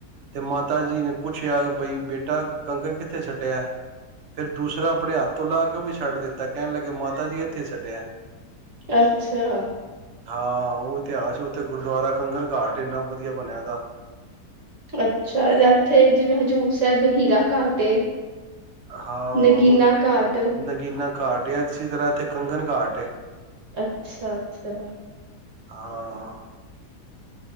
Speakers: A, on the right; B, on the right.
A: ਤੇ ਮਾਤਾ ਜੀ ਨੇ ਪੁੱਛਿਆ ਬਈ ਬੇਟਾ ਕੰਗਰ ਕਿੱਥੇ ਸਟਿਆ? ਫਿਰ ਦੂਸਰਾ ਆਪਨੇ ਹੱਥ ਤੋਂ ਲਾ ਕੇ ਉਹ ਵੀ ਛੱਟ ਦਿੱਤਾ ਕਹਿਣ ਲੱਗੇ ਮਾਤਾ ਜੀ ਇੱਥੇ ਸੱਟਿਆ।
B: ਅੱਛਾ।
A: ਹਾਂ ਉਹ ਇਤਿਹਾਸ ਉੱਥੇ ਗੁਰਦੁਆਰਾ ਕੰਗਣ ਘਾਟ, ਇੰਨਾ ਵਧੀਆ ਬਨਿਆ ਦਾ।
B: ਅੱਛਾ, ਇੱਥੇ ਜਿਵੇਂ ਹਜ਼ੂਰ ਸਾਹਿਬ ਹੀਰਾ ਘਾਟ ਏ
A: ਹਾਂ,
B: ਨਗੀਨਾ
A: ਉਹ
B: ਘਾਟ
A: ਨਗੀਨਾ ਘਾਟ ਏਸੀ ਤਰ੍ਹਾਂ ਇੱਥੇ ਕੰਗਣ ਘਾਟ ਏ।
B: ਅੱਛਾ-ਅੱਛਾ।
A: ਹਾਂ।